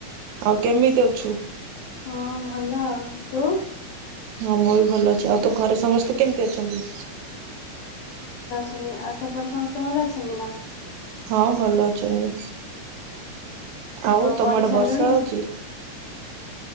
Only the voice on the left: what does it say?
ହଁ, ଭଲ। ଆଉ ତୁ?
ହେମି ଆଉ ସେପଟେ ସମସ୍ତେ ଭଲ ଅଛନ୍ତି ନା?
ପଢି
ସାରିଲୁଣି?